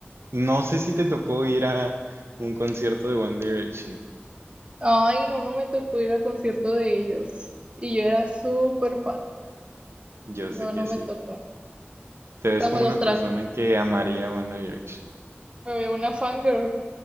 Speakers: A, on the right; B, on the right.
A: no sé si te tocó ir a un concierto de One Direction.
B: Ay, no, no me tocó ir al concierto de ellos. Y yo era súper fan.
A: Yo
B: No,
A: sé
B: no
A: que
B: me
A: sí.
B: tocó.
A: Te ves
B: Cuando
A: como
B: los
A: una
B: trajo,
A: persona que amaría One Direction.
B: me vi una fangirl.